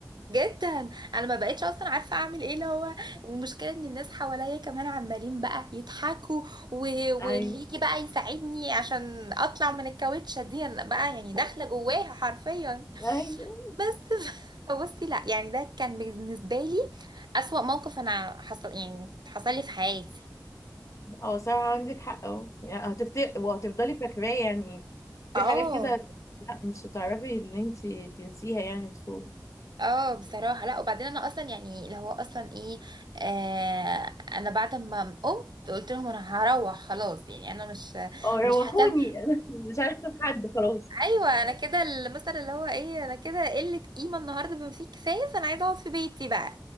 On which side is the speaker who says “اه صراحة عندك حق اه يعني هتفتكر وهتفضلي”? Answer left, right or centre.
Left